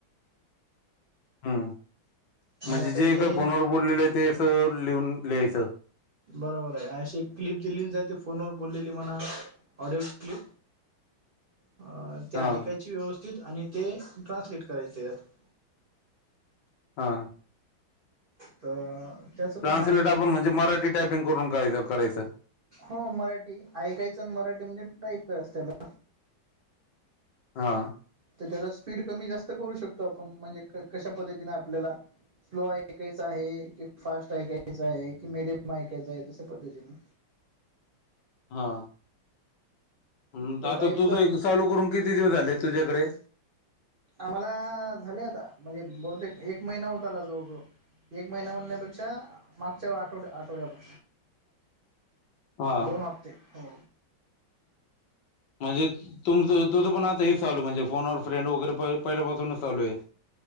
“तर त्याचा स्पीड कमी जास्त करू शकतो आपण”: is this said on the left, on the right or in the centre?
Right